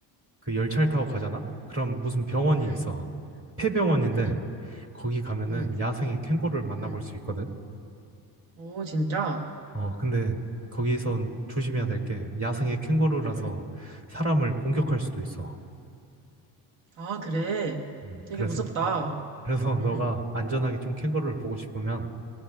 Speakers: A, on the right; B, on the right.
A: 그 열차를 타고 가잖아? 그럼 무슨 병원이
B: 응,
A: 있어. 폐병원인데
B: 응,
A: 거기 가면은
B: 응,
A: 야생의 캥거루를 만나볼
B: 응.
A: 수 있거든.
B: 오, 진짜?
A: 어, 근데 거기선 조심해야 될 게 야생의 캥거루라서
B: 응.
A: 사람을 공격할 수도 있어.
B: 아, 그래.
A: 음,
B: 되게
A: 그래서,
B: 무섭다.
A: 그래서
B: 응,
A: <laughs> 너가 안전하게 좀 캥거루를 보고 싶으면,